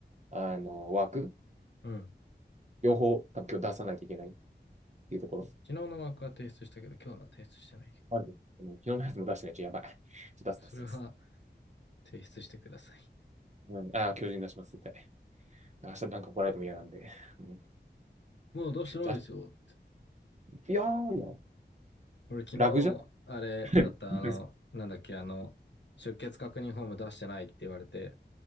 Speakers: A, on the right; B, on the left.
A: あの、ワーク、
B: うん。
A: 両方、多分今日出さないといけないっていうところ。
B: 昨日のマークは提出したけど、今日のは提出してないよ
A: まず、昨日のやつも出してないとやばい。<laughs> ちょっと出す、
B: それは
A: 出す、出す。
B: 提出してください。
A: うん、ああ、巨人出します、みたい対。明日なんか来られても嫌なんで。うん、
B: もうどうしてないですよ。
A: じゃあ、いやー、いや
B: 俺昨日、
A: ラグじゃ
B: あれだった、
A: ないの
B: あの、
A: <laughs>
B: なんだっけ、あの、出欠確認フォーム出してないって言われて、